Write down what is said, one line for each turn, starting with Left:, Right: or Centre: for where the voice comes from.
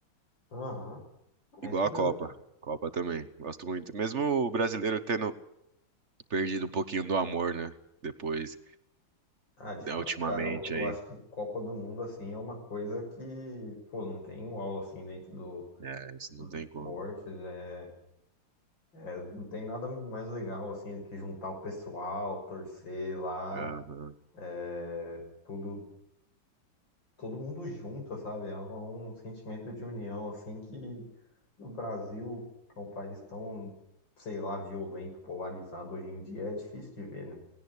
Left: aham,
Right: Igual
Left: é isso
Right: a
Left: mesmo,
Right: Copa.
Left: cara.
Right: Copa também. Gosto muito. Mesmo o brasileiro tendo perdido um pouquinho do amor, né? Depois,
Left: Ah, de
Right: né,
Left: fato,
Right: ultimamente
Left: cara, eu, eu
Right: aí.
Left: acho que Copa do Mundo, assim, é uma coisa que, pô, não tem igual, assim, dentro do,
Right: É, isso
Left: dos
Right: não tem
Left: esportes,
Right: como.
Left: é, é, não tem nada mais legal, assim, do que juntar o pessoal, torcer lá,
Right: Aham.
Left: é, tudo todo mundo junto, sabe? É um sentimento de união, assim, que no Brasil, que é um país tão, sei lá, violento, polarizado hoje em dia, é difícil de ver, né?